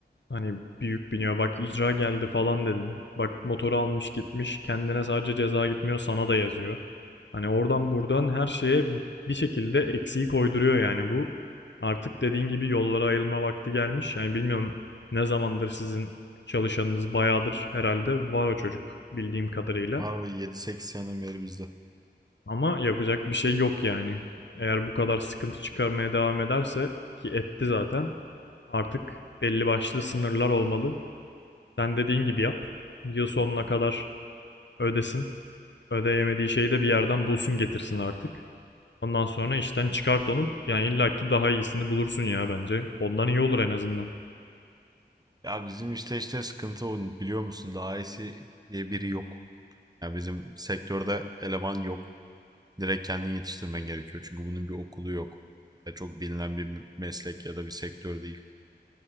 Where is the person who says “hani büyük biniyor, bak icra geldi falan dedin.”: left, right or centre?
Left